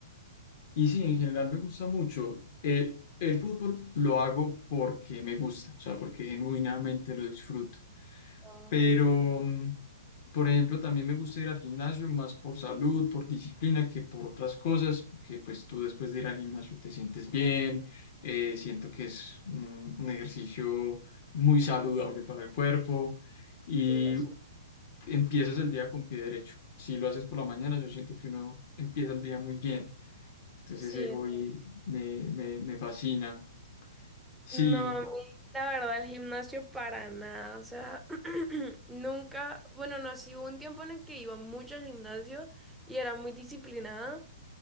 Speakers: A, on the left; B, in the centre.
A: y sí, en general me gusta mucho. Eh, el fútbol lo hago porque me gusta, o sea, porque genuinamente lo disfruto.
B: Ujú.
A: Pero, mm, por ejemplo, también me gusta ir al gimnasio más por salud, por disciplina, que por otras cosas, que pues tú después de ir al gimnasio te sientes bien, eh, siento que es un, un ejercicio muy saludable para el cuerpo. y
B: Sí, o sea,
A: empiezas el día con pie derecho. Si lo haces por la mañana, yo siento que uno empieza el día muy bien. Entonces
B: sí,
A: ese hobby
B: entiendo.
A: me, me, me fascina. Sí,
B: No, a mí, la verdad, el gimnasio para nada, o sea, <clears throat> nunca, bueno, no, sí hubo un tiempo en el que iba mucho al gimnasio y era muy disciplinada,